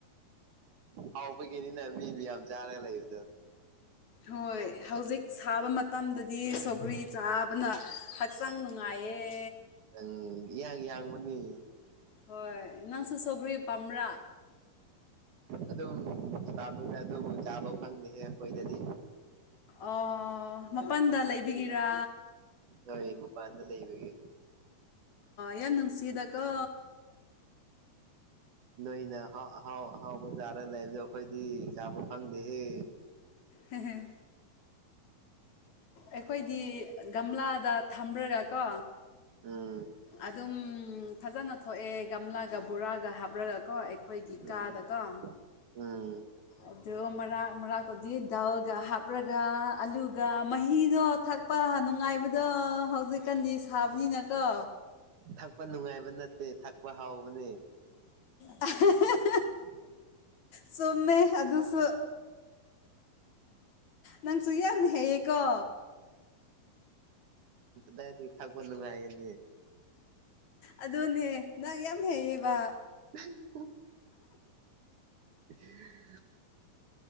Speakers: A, on the right; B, on the left.
A: ꯍꯥꯎꯕꯒꯤꯅꯤꯅ ꯃꯤ ꯃꯌꯥꯝ ꯆꯥꯔꯒ ꯂꯩꯕꯗꯣ
B: ꯍꯣꯏ ꯍꯧꯖꯤꯛ ꯁꯥꯕ ꯃꯇꯝꯗꯗꯤ ꯁꯣꯒ꯭ꯔꯤ ꯆꯥꯕꯅ ꯍꯛꯆꯥꯡ ꯅꯨꯡꯉꯥꯏ ꯑꯦ
A: ꯎꯝ ꯌꯥꯡ ꯌꯥꯡ ꯃꯅꯤ
B: ꯍꯣꯏ ꯅꯪꯁꯨ ꯁꯧꯒ꯭ꯔꯤ ꯄꯥꯝꯕ꯭ꯔꯥ
A: ꯑꯗꯨꯝꯥꯕꯅ ꯑꯗꯨꯕꯨ ꯆꯥꯕ ꯐꯪꯗꯦꯍꯦ ꯑꯩꯈꯣꯏꯗꯗꯤ
B: ꯑꯣ ꯃꯄꯥꯟꯗ ꯂꯩꯕꯤꯒꯤꯔꯥ
A: ꯍꯣꯏ ꯃꯄꯥꯟꯗ ꯂꯩ ꯏꯕꯒ
B: ꯌꯥꯝ ꯅꯨꯡꯁꯤꯗꯀꯣ
A: ꯅꯣꯏꯅ ꯑꯍꯥꯎ ꯑꯍꯥꯎꯕ ꯆꯥꯔꯒ ꯂꯩꯕꯗꯣ ꯑꯩꯈꯣꯏꯗꯤ ꯆꯥꯕ ꯐꯪꯗꯦꯍꯦ
B: ꯍꯝꯍꯝ ꯑꯩꯈꯣꯏꯗꯤ ꯒꯝꯂꯥꯗ ꯊꯝꯕ꯭ꯔꯒ ꯀꯣ
A: ꯎꯝ
B: ꯑꯗꯨꯝ ꯐꯖꯅ ꯊꯣꯛꯑꯦ ꯒꯝꯂꯥꯒ ꯕꯣꯔꯥꯒ ꯍꯥꯞꯂꯒꯀꯣ ꯑꯩꯈꯣꯏꯒꯤ
A: ꯎꯝ
B: ꯀꯥꯗꯀꯣ
A: ꯎꯝ
B: ꯑꯗꯣ ꯃꯔꯥꯛ ꯃꯔꯥꯛꯇꯗꯤ ꯗꯥꯎꯜꯒ ꯍꯥꯞꯂꯒ ꯑꯂꯨꯒ ꯃꯍꯤꯗꯣ ꯊꯛꯄ ꯑ ꯅꯨꯡꯉꯥꯏꯕꯗꯣ ꯍꯧꯖꯤꯛꯀꯥꯟꯗꯤ ꯁꯥꯕꯅꯤꯅꯀꯣ
A: ꯊꯛꯄ ꯅꯨꯡꯉꯥꯏꯕ ꯅꯠꯇꯦ ꯊꯛꯄ ꯍꯥꯎꯕꯅꯦ
B: ꯑ
A: ꯎꯝ
B: ꯆꯨꯝꯃꯦ ꯑꯗꯨꯁꯨ ꯅꯪ ꯁꯨꯌꯥꯥ ꯍꯌꯦꯦꯀꯣ
A: ꯗꯥꯏ ꯊ ꯊꯥꯛꯄ ꯅꯨꯡꯉꯥꯏꯒꯅꯤ
B: ꯑꯗꯨꯅꯦ ꯅꯪ ꯌꯥꯝ ꯍꯩꯌꯦꯕ
A: <unintelligible> <unintelligible>